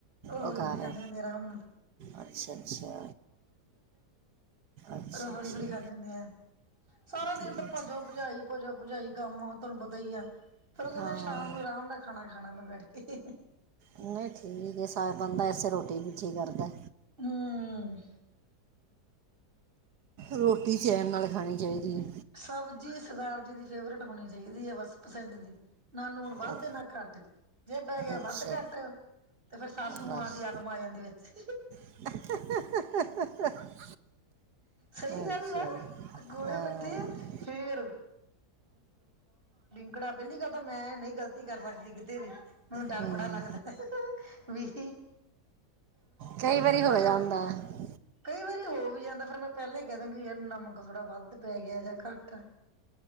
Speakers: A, on the right (about 30°); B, on the right (about 80°).
A: ਓ ਹੌਲੀ
B: ਉਹ ਘਰ
A: ਹੌਲੀ ਖਾਂਦੇ
B: ਹੈ
A: ਹੁੰਦੇ, ਅਰਾਮ ਨਾਲ।
B: ਅੱਛਾ ਅੱਛਾ। ਅੱਛਾ
A: ਥੋੜਾ ਹੌਲੀ
B: ਅੱਛਾ
A: ਹੌਲੀ ਖਾਂਦੇ ਹੁੰਦੇ ਐ, ਸਾਰਾ ਦਿਨ
B: ਠੀਕ ਹੈ
A: ਤਾਂ ਭਜੋ
B: ਜੀ।
A: ਭਰਜਾਈ ਭਜ ਭਰਜਾਈ ਜੀ ਕੰਮ ਆ, ਤੁਹਾਨੂੰ ਪਤਾ ਈ ਐ। ਓ ਕਹਿੰਦੇ,
B: ਹਾਂ
A: ਸ਼ਾਮ ਨੂੰ ਆਰਾਮ ਨਾਲ ਖਾਣਾ ਖਾਣਾ ਮੈਂ ਬੈਠ ਕੇ।
B: ਨਈ ਠੀਕ ਏ, ਸਾਰਾ ਬੰਦਾ ਏਸੇ ਰੋਟੀ ਪਿਛੇ ਕਰਦਾ।
A: ਹੂੰ
B: ਰੋਟੀ ਟੀ ਚੈਨ ਨਾਲ ਖਾਣੀ ਚਾਹੀਦੀ ਐ।
A: ਸਬਜ਼ੀ ਸਰਦਾਰ ਜੀ ਦੀ ਫੇਵਰੇਟ ਹੋਣੀ ਚਾਹੀਦੀ ਹੈ, ਬਸ ਪਸੰਦ ਦੀ ਨਾ ਨੂਣ ਵੱਧ
B: ਅ-
A: ਨਾ ਘੱਟ, ਜੇ ਪੈ ਗਿਆ
B: ਅੱਛਾ
A: ਵੱਧ ਘੱਟ ਤੇ ਫੇਰ ਸਾਸੂ
B: ਬਸ
A: ਮਾਂ ਦੀ ਆਤਮਾ ਆ ਜਾਂਦੀ ਵਿੱਚ
B: <inaudible>
A: ਸਹੀ
B: ਅੱਛਾ
A: ਗੱਲ ਆ। ਗੋਲੇ
B: ਅ,
A: ਬੈਠੀ ਐ, ਫੇਰ ਕੜਾਬੇ ਦੀ ਗੱਲ ਤਾਂ, ਮੈਂ ਨਹੀਂ ਗਲਤੀ ਕਰ ਬੈਠੀ, ਕਿਤੇ ਵੀ ਮੈਨੂੰ ਡਰ
B: ਹੂੰ
A: ਬੜਾ ਲੱਗਦਾ ਵੀ।
B: ਕਈ ਵਾਰੀ
A: ਮੈਨੂੰ
B: ਹੋ
A: ਪਤਾ
B: ਜਾਂਦਾ ਹੈ।
A: ਕਈ ਵਾਰੀ ਹੋ ਵੀ ਜਾਂਦਾ, ਫੇਰ ਮੈਂ ਪਹਿਲੇ ਈ ਕਹਿ ਦੇਂਦੀ ਏ, ਨਮਕ ਥੋੜਾ ਵੱਧ ਪੈ ਗਿਆ ਯਾਂ ਘੱਟ ਐ।